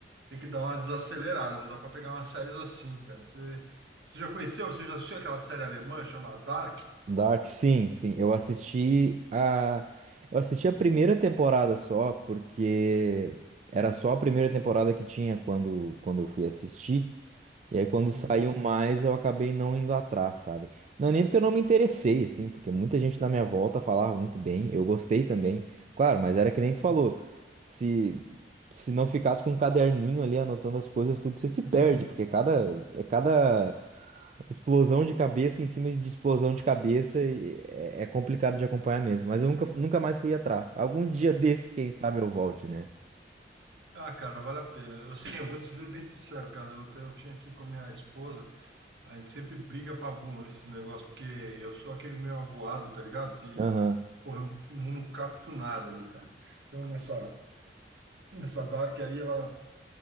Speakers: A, on the right (about 75°); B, on the right (about 40°).
A: tem que dar uma desacelerada, não dá para pegar umas séries assim, cara. Você, você já conheceu, você já assistiu aquela série alemã chamada Dark?
B: Dark, sim, sim. Eu assisti a. Eu assisti a primeira temporada só, porque era só a primeira temporada que tinha quando, quando eu fui assistir. E aí, quando
A: Uhum,
B: saiu mais, eu acabei não indo atrás, sabe? Não, é nem porque eu não me interessei, assim, porque muita gente na minha volta falava muito bem, eu gostei também. Claro, mas era que nem tu
A: uhum.
B: falou, se, se não ficasse com um caderninho ali anotando as coisas, tudo você se perde,
A: <laughs>
B: porque é cada, é cada explosão de cabeça em cima de explosão de cabeça e é, é complicado de acompanhar mesmo. Mas eu nunca, nunca mais fui atrás. Algum dia desses, quem sabe eu volte, né?
A: Ah, cara, vale a pena. Eu, Assim, eu vou te dizer bem sincero, cara. Eu, te- eu tinha aqui com a minha esposa, a gente sempre briga pra burro nesses negócios, porque eu sou aquele meio avoado, tá ligado? Que,
B: Aham.
A: porra, eu não, não capto nada ali, cara. Então, nessa, nessa Dark aí, ela